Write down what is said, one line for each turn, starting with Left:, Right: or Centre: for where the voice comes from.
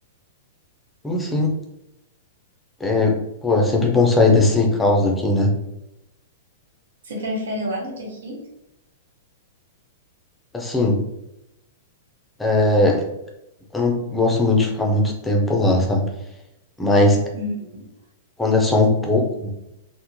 Centre: sim. sim. É, pô, é sempre bom sair desse caos aqui, né?
Right: Você prefere lá do que aqui?
Centre: Assim, é, eu não gosto muito de ficar muito tempo lá, sabe? Mas
Right: Uhum.
Centre: Quando é só um pouco,